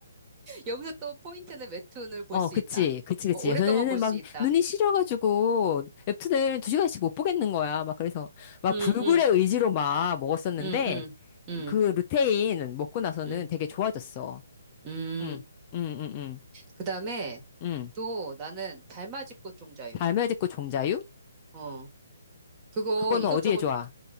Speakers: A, on the right; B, on the left.
A: 여기서 또 포인트는 웹툰을 볼
B: 어,
A: 수
B: 그치,
A: 있다.
B: 그치, 그치.
A: 어, 오랫동안
B: 예전에는
A: 볼 수
B: 막
A: 있다.
B: 눈이 시려가지고 웹툰을 두 시간씩 못 보겠는 거야. 막 그래서 막
A: 음,
B: 불굴의
A: 음,
B: 의지로 막 먹었었는데
A: 음, 음, 음,
B: 그 루테인 먹고 나서는
A: 음,
B: 되게 좋아졌어.
A: 음.
B: 응, 응, 응, 응,
A: 그 다음에
B: 응.
A: 또 나는 달맞이 꽃 종자유.
B: 달매직고 종자유?
A: 어. 그거
B: 그거는
A: 이것저것
B: 어디에 좋아?